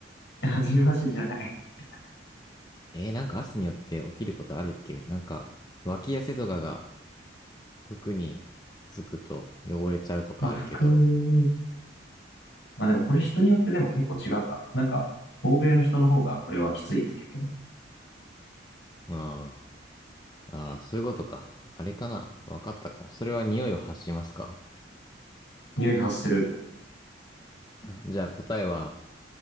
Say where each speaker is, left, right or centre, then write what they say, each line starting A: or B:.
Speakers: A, on the left (about 70°); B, on the left (about 20°).
A: 初めましてじゃない。<laughs>
B: えーなんか汗によって起きることあるっけなんか、脇汗とかが服につくと汚れちゃうとかあるけど。
A: まあ、服、まあでもこれ人によってでも結構違うか。なんか、欧米の人の方がこれはきついって聞くけど。
B: ああ。ああ、そういうことか。あれかな。わかったかも。それは匂いを発しますか
A: 匂い発する。
B: じゃあ答えは